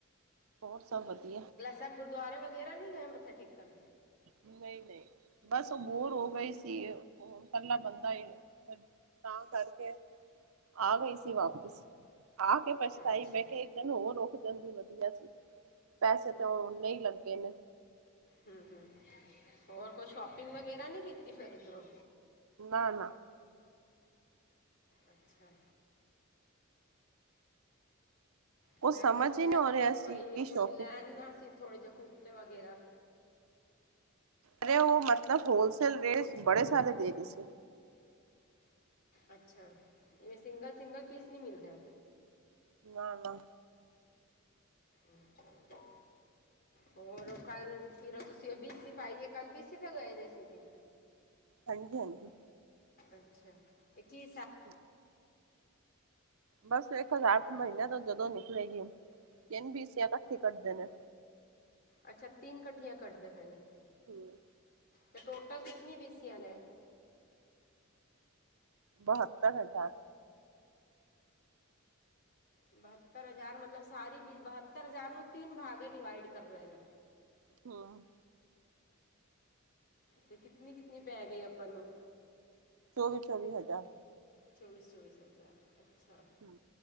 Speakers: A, on the right (about 85°); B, on the left (about 45°).
A: ਹੋਰ ਸਭ ਵਧੀਆ।
B: ਤਾਂ ਗੁਰਦੁਆਰੇ ਵਗੈਰਾ ਨਹੀਂ ਗਏ ਮੱਥਾ ਟੇਕਣ।
A: ਨਹੀਂ ਨਹੀਂ ਬਸ ਉਹ ਬੋਰ ਹੋ ਗਈ ਸੀ। ਇਕੱਲਾ ਬੰਦਾ ਈ ਏ ਤਾਂ ਕਰਕੇ। ਆ ਗਈ ਸੀ ਵਾਪਿਸ ਆ ਕੇ ਪਛਤਾਈ
B: ਅੱਛਾ
A: ਮੈਂ ਕਿਹਾ ਇੱਕ ਦਿਨ ਹੋਰ ਰੁਕ ਜਾਂਦੀ ਵਧੀਆ ਸੀ, ਪੈਸੇ ਤਾਂ ਉਹਨੇ ਹੀ ਲੱਗੇ ਨੇ।
B: ਹੂੰ ਹੂੰ ਹੋਰ ਕੋਈ ਸ਼ੋਪਿੰਗ ਵਗੈਰਾ ਨੀ ਕੀਤੀ ਫਿਰ ਉਧਰੋਂ।
A: ਨਾ ਨਾ।
B: ਅੱਛਾ।
A: ਕੁਛ
B: ਮੈਂ
A: ਸਮਝ
B: ਤੁਹਾਨੂੰ ਕਿਹਾ
A: ਹੀ ਨਹੀਂ ਹੋ
B: ਸੀ,
A: ਰਿਹਾ
B: ਬਈ
A: ਕਿ
B: ਕੁਛ
A: ਸ਼ੋਪਿੰਗ
B: ਲੈਣਾ ਸੀ ਥੋੜੇ ਜਿਹੇ ਕੁੜਤੇ ਵਗੈਰਾ।
A: ਅਰੇ ਉਹ ਮਤਲਬ ਹੋਲਸੇਲ ਰੇਟ ਬੜੇ ਸਾਰੇ ਦੇ ਰਹੇ ਸੀ।
B: ਅੱਛਾ ਏ ਸਿੰਗਲ ਸਿੰਗਲ ਪੀਸ ਨਹੀਂ ਮਿਲਦੇ।
A: ਨਾ ਨਾ।
B: ਅੱਛਾ। ਹੋਰ ਕੱਲ ਫਿਰ ਉਹ ਤੁਸੀਂ ਉਹ ਬੀ ਸੀ ਪਾਈ ਏ, ਕੱਲ ਬੀਸੀ ਤੋਂ ਗਏ ਹੋਏ ਸੀਗੇ।
A: ਹਾਂਜੀ ਹਾਂਜੀ।
B: ਅੱਛਾ, ਤੇ ਕੀ ਸ
A: <inaudible> ਬਸ ਇੱਕ ਹਜਾਰਰ ਮਹੀਨੇ ਤੋਂ ਜਦੋਂ ਨਿਕਲੇਗੀ ਤਿੰਨ ਬੀ ਸੀ ਆ ਇਕੱਠੇ ਕੱਢਦੇ ਨੇ।
B: ਅੱਛਾ, ਤਿੰਨ ਕੱਠੀਆਂ ਕੱਢਦੇ ਪਏ ਨੇ।
A: ਹਾਂ।
B: ਤੇ ਟੋਟਲ ਕਿਤਨੀ ਬੀ ਸੀਆਂ ਨੇ?
A: ਬਹੱਤਰ ਹਜ਼ਾਰ।
B: ਬਹੱਤਰ ਹਜ਼ਾਰ ਮਤਲਬ ਸਾਰੀ ਬ ਬਹੱਤਰ ਹਜ਼ਾਰ ਨੂੰ ਤਿੰਨ ਭਾਗ ਮੇ ਡਿਵਾਈਡ ਕਰ ਰਹੇ ਨੇ।
A: ਹਾਂ।
B: ਤੇ ਕਿਤਨੀ ਕਿਤਨੀ ਪੈ ਗਈ ਆਪਾਂ ਨੂੰ?
A: ਚੌਵੀ ਚੌਵੀ ਹਜ਼ਾਰ।
B: ਚੌਵੀਸ ਚੌਵੀਸ ਹਜ਼ਾਰ ਅੱਛਾ।
A: ਹੂੰ।